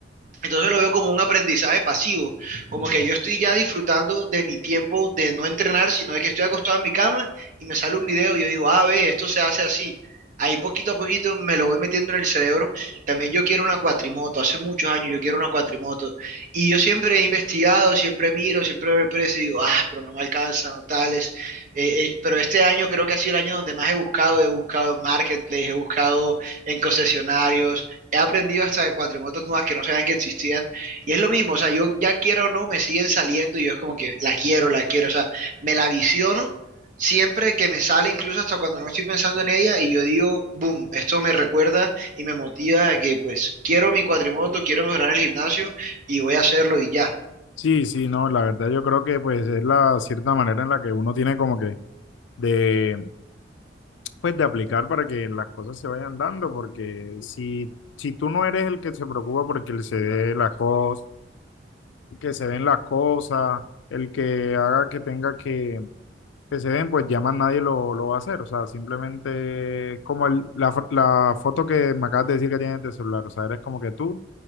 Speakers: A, on the right; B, on the left.
A: entonces lo veo como un aprendizaje pasivo, como que yo estoy ya disfrutando de mi tiempo de no entrenar, sino de que estoy acostado en mi cama y me sale un video y yo digo, ah, ve, esto se hace así. Ahí poquito a poquito me lo voy metiendo en el cerebro. También yo quiero una cuatrimoto, hace muchos años yo quiero una cuatrimoto. Y yo siempre he investigado, siempre miro, siempre veo el precio y digo, ah, pero no me alcanza, no tales. Eh, eh, pero este año creo que ha sido el año donde más he buscado, he buscado en marketplace, he buscado en concesionarios, he aprendido hasta de cuatrimotos nuevas que no sabían que existían. Y es lo mismo, o sea, yo ya quiera o no, me siguen saliendo y yo es como que la quiero, la quiero, o sea, me la visiono siempre que me sale, incluso hasta cuando no estoy pensando en ella, y yo digo, boom, esto me recuerda y me motiva a que pues quiero mi cuatrimoto, quiero mejorar el gimnasio y voy a hacerlo y ya.
B: Sí, sí, no, la verdad yo creo que pues es la cierta manera en la que uno tiene como que de, pues de aplicar para que las cosas se vayan dando, porque si, si tú no eres el que se preocupa porque se dé las cosas, que se den las cosas, el que haga que tenga que, que se den, pues ya más nadie lo, lo va a hacer, o sea, simplemente es como el- la, fo- la foto que me acabas de decir que tienes de celular, o sea, eres como que tú